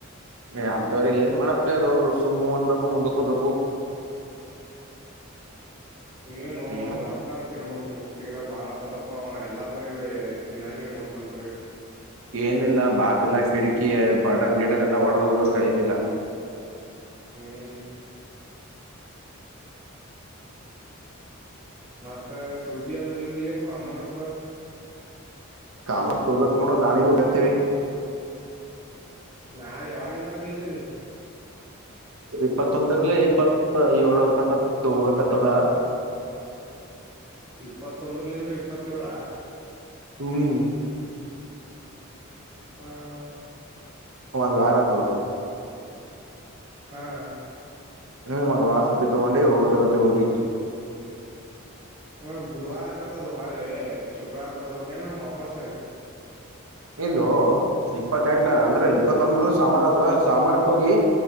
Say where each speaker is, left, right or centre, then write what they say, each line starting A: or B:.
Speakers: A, on the right; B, on the right.
A: ಏ ಅಂತವ್ರಿಗೆ ಏನ್ ಮಾಡಪ್ಲಿ ಅದು ಸುಮ್ ಅಂದಬೇಕು ಮುಂದಕ್ ಹೋಗ್ಬೇಕು
B: ಏನು
A: ಹ್ಮ್
B: ರೊಕ್ಕ ತಿನ್ಬಕ್ ತಿನ್ಬಕ್ ತೀರ ಬಾಳ್ ಅಕ್ಕದಪ್ಪ ಎಲ್ಲಾ ಬರೀ ತಿನ್ನಕ್ಕೆ ನೋಡ್ತನ್ ಬರಿ
A: ಏನಿಲ್ಲ ಬಾಕಲ್ಲ ಕಿಡ್ಕಿ ಬಟನ್ ಗಿಟನ್ ಎಲ್ಲಾ ಒಡೆದ್ ಹೋಗಸ ಏನಿಲ್ಲ
B: ಹ್ಮ್ ಮತ್ತ ಸೂಲ್ಟಿ ಅದು ಏನಿಲ್ಲ ಏನು ಕಾಮನ್ ಅಪ್
A: ಕಾಮನ್ ತೊಗತ್ ನೋಡೋ ನಾಳೆ ಗೆ ಹೋಗೋತಿವಿ
B: ನಾಳೆ ಯಾವವಾಗಿಂದ್ರ ಬರ ಕೇಳ್ತಿರ್ರಿ
A: ಇಪ್ಪತ್ತೊಂದರಲೇ ಇಪ್ಪತ್ ಏಳು ತಕತ್ ಹೋಗ ಕತ್ತಾರ
B: ಇಪ್ಪತ್ತೊಂದ್ರಲಿಂದ್ರೆ ಇಪ್ಪತ್ತಏಳ
A: ಹ್ಮ
B: ಹ
A: ಒಂದ್ ವಾರ ಆಯ್ತದ
B: ಹಾ
A: ಹ್ಮ್ ಒಂದು ವಾರ ಸಟ್ಟಿ ತಗೊಂಡಿ ಹೋಗಾಕತ್ತೀವಿ ಊರಿಗೆ
B: ಹ ಗುರುವಾರ ಆಕತ್ತದ ಹೊಳಿ ಶುಕ್ರವಾರ ಬರ್ಬೇಕೇನು ವಾಪಸ್
A: ಇಲ್ಲ ಇಪ್ಪತ್ತೆಂಟ ಅಂದ್ರೆ ಇಪ್ಪತ್ತೊಂದ ಸೋಮವಾರ ಆತ್ದ ಸಾಮಾರ್ ಹೋಗಿ